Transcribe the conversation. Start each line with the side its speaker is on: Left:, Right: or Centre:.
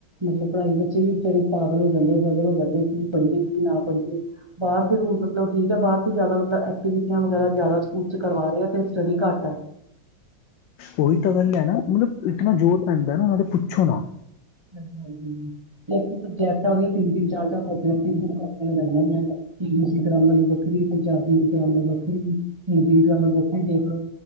Right: ਮਤਲਬ, ਪੜ੍ਹਾਈ ਬੱਚੇ ਵੀ ਬੀਚਾਰੇ ਪਾਗਲ ਹੋ ਜਾਂਦੇ, ਪਜ਼ਲ ਹੋ ਜਾਂਦੇ, ਕੀ ਪੜ੍ਹੀਏ, ਕੀ ਨਾ ਪੜ੍ਹੀਏ। ਬਾਹਰ ਦੇ ਰੂਲ ਮਤਲਬ ਠੀਕ ਆ, ਬਾਹਰ ਤੇ ਜਿਆਦਾ ਐਕਟੀਵੀਟੀਆਂ ਵਗੈਰਾ ਜ਼ਿਆਦਾ ਸਕੂਲ'ਚ ਕਰਵਾ ਰਹੇ ਆ, ਤੇ ਸਟੱਡੀ ਘੱਟ ਆ।
Left: ਉਹੀ ਤਾਂ ਗੱਲ ਹੈ ਨਾ, ਮਤਲਬ, ਇਤਨਾ ਜ਼ੋਰ ਪੈਂਦਾ ਨਾ ਉਹਨਾਂ ਦੇ, ਪੁੱਛੋ ਨਾ।
Right: ਹਾਂਜੀ-ਹਾਂਜੀ, ਇੱਕ ਸਬਜੈਕਟ ਆ, ਉਹਦੀਆਂ ਤਿੰਨ-ਤਿੰਨ, ਚਾਰ-ਚਾਰ ਕਾਪੀਆਂ ਤਿੰਨ-ਤਿੰਨ ਕਾਪੀਆਂ ਲਗਾਂਈਆਂ ਹੋਈਆਂ ਨੇ, ਇੰਗਲਿਸ਼ ਦੀ ਗ੍ਰਾਮਰ ਦੀ ਵੱਖਰੀ, ਪੰਜਾਬੀ ਦੀ ਗ੍ਰਾਮਰ ਵੱਖ ਹਿੰਦੀ ਦੀ ਗ੍ਰਾਮਰ ਵੱਖਰੀ, ਦੇਖਲੋ।